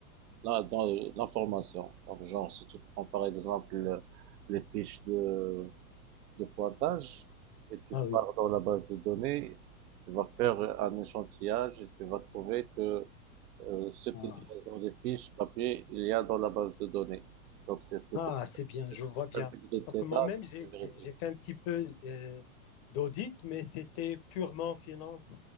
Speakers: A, on the right (about 80°); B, on the left (about 25°).
A: là dans l'information. Donc genre si tu prends par exemple les fiches de de pointage et tu
B: Ah oui,
A: pars dans la base de données, tu vas faire un échantillage et tu vas trouver que euh, ce qu'il
B: ah,
A: y a dans les fiches papier, il y a dans la base de données. Donc c'est plutôt
B: Ah, c'est bien, je vois bien.
A: intégrité
B: Parce que moi-même,
A: là
B: j'ai
A: que vérité.
B: j'ai- j'ai fait un petit peu euh, d'audit, mais c'était purement finance